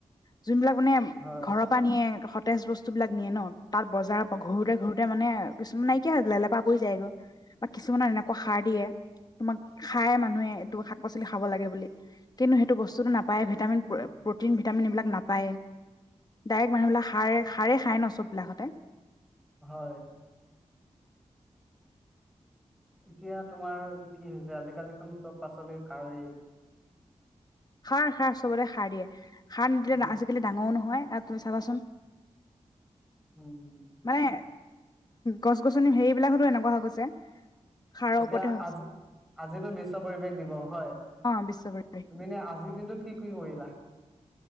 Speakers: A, on the left; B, in the centre.
A: যোনবিলাক মানে
B: হয়
A: ঘৰৰ পৰা নিয়ে স ফ্ৰেছ বস্তুবিলাক নিয়ে ন', তাত বজাৰ ঘোৰোতে-ঘোৰোতে মানে কিছুমান নাইকিয়া হৈপেলায়। হৈ যায় গৈ বা, কিছুমানৰ এনেকুৱা সাৰ দিয়ে তোমাক খায় মানুহে এই শাক পাচলি খাব লাগে বুলি কিন্তু সেইটো বস্তুটো নাপায়, ভিটামিন - প্ৰটিন- ভিটামিন এইবিলাক নাপায়েই, ডাইৰেক্ট মানুহবিলাকে সাৰে -সাৰে খায় ন', চববিলাকতে।
B: হয়। এতিয়া তোমাৰ কি হৈছে আজিকালি তোম চব পাচলি খাৱেই।
A: খাৰ খাৰ চবতে সাৰ দিয়ে সাৰ নিদিলে
B: উম
A: আজিকালি ডাঙৱো নহয়। আৰু তুমি চাবাচোন
B: উম
A: মানে গছ-গছনি হেৰিবিলাকতো এনেকুৱা হৈ গৈছে। সাৰৰ
B: এতিয়া
A: ওপৰতে হৈ গৈছে
B: আজি, আজিতো বিশ্ব পৰিৱেশ দিৱস। হয়।
A: অ' বিশ্ব পৰিৱেশ
B: তুমি
A: দিৱস
B: নে আজিৰ দিনটোত কি কি কৰিলা?